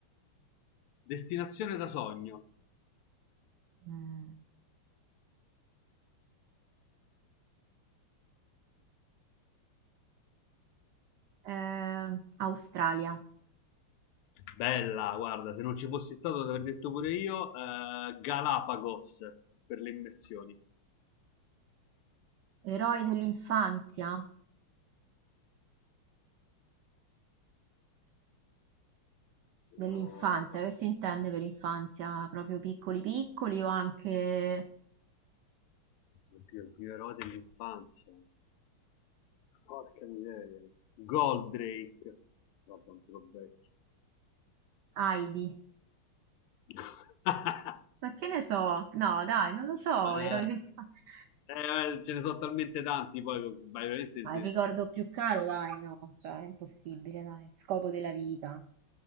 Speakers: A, on the left; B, on the right.
A: destinazione da sogno.
B: Mm. Eh, Australia.
A: Bella, guarda, se non ci fossi stato, l'avrei detto pure io. eh, Galapagos per le immersioni.
B: Eroi dell'infanzia?
A: Oh,
B: Dell'infanzia, che si intende per infanzia? Proprio piccoli piccoli o anche
A: oddio, gli eroi dell'infanzia. Porca miseria. Goldrake. Guarda, un po' vecchio.
B: Heidi?
A: <laughs>
B: Ma che ne so? No, dai, non lo so,
A: Eh,
B: eroi dell'infanzia.
A: eh, ce ne sono talmente tanti, poi vai veramente.
B: Ma
A: se-
B: il ricordo più caro, dai, no, cioè è impossibile, dai, scopo della vita.